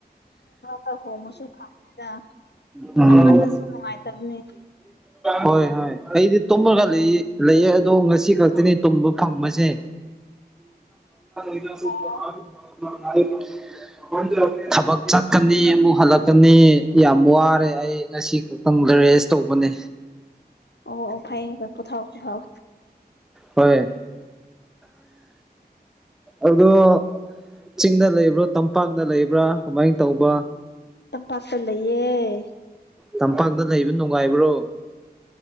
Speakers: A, on the left (about 90°); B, in the centre.
A: ꯀ ꯍꯣꯃꯣꯁꯨꯨ ꯐꯝꯥꯏꯗ
B: ꯎꯝ
A: ꯇ ꯃꯅ ꯁꯨ ꯅꯨꯡꯉꯥꯏ ꯇꯝꯅꯤ
B: ꯍꯣꯏ ꯍꯣꯏ ꯑꯩꯗꯤ ꯇꯨꯝꯃꯒ ꯂꯩ ꯂꯩꯌꯦ ꯑꯗꯣ ꯉꯁꯤ ꯈꯛꯇꯅꯤ ꯇꯨꯝꯕ ꯐꯪꯕꯁꯦ <inaudible>
A: ꯑꯣ
B: ꯊꯕꯛ ꯆꯠꯀꯅꯤ ꯑꯃꯨꯛ ꯍꯜꯂꯛꯀꯅꯤ ꯌꯥꯝ ꯋꯥꯔꯦ ꯑꯩ ꯉꯁꯤ ꯈꯛꯇꯪ ꯔꯦꯁ ꯇꯧꯕꯅꯦ
A: ꯑꯣ ꯑꯣ ꯐꯥꯏꯕ ꯄꯣꯊꯥꯥꯎ ꯄꯊꯥꯥꯎ
B: ꯍꯣꯏ ꯑꯗꯣ ꯆꯤꯡꯗ ꯂꯩꯕ꯭ꯔꯥ ꯇꯝꯄꯥꯛꯇ ꯂꯩꯕ꯭ꯔꯥ ꯀꯃꯥꯏꯅ ꯇꯧꯕ
A: ꯇꯝꯄꯥꯥꯇꯂꯌꯦꯦ
B: ꯇꯝꯄꯥꯛꯇ ꯂꯩꯕ ꯅꯨꯡꯉꯥꯏꯕ꯭ꯔꯣ